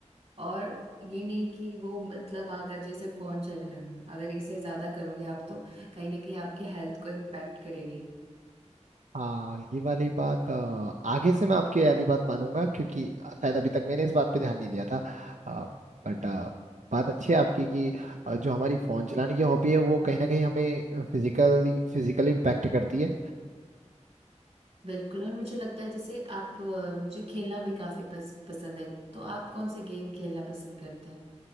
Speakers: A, on the right (about 55°); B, on the right (about 85°).
A: और ये नहीं कि वो मतलब अगर जैसे फोन चलाना अगर इसे ज्यादा करोगे आप तो कहीं ना कहीं आपके हेल्थ को इम्पैक्ट करेगी
B: हाँ ये वाली बात अ, आगे से मैं आपकी वाली बात मानूंगा क्योंकि शायद अभी तक मैंने इस बात पे ध्यान नहीं दिया था बट बात अच्छी है आपकी कि अ, जो हमारी फोन चलाने की हॉबी है वो कहीं ना कहीं हमें फिजिकली फिजिकली इम्पैक्ट करती है
A: बिल्कुल और मुझे लगता है जैसे आप अ, मुझे खेलना भी काफी पस, पसंद है तो आप कौन से गेम खेलना पसंद करते हैं